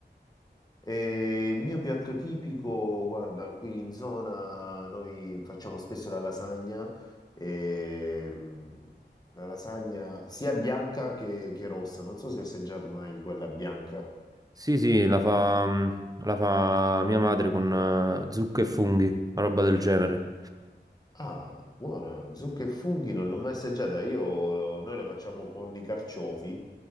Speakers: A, on the left; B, on the right.
A: E il mio piatto tipico, guarda, qui in zona noi facciamo spesso la lasagna, e, mh, la lasagna sia bianca che, che rossa, non so se hai assaggiato mai quella bianca.
B: Sì, sì, la fa, la fa mia madre con eh, zucche e funghi, una roba del genere.
A: Ah, buona, zucche e funghi non l'ho mai assaggiata. Io, noi lo facciamo con i carciofi